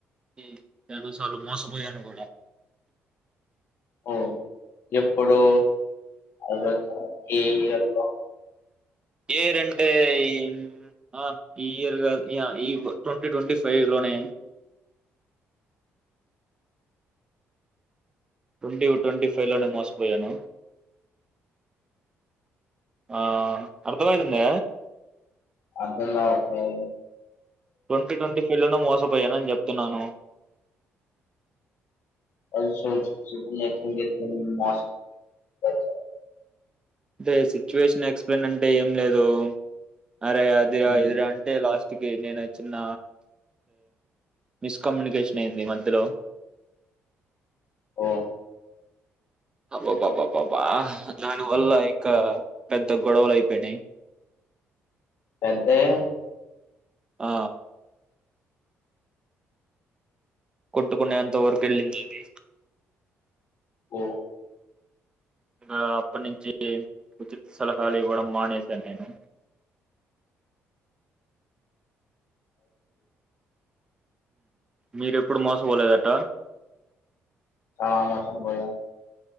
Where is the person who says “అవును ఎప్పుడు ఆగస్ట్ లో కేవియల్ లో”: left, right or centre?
Left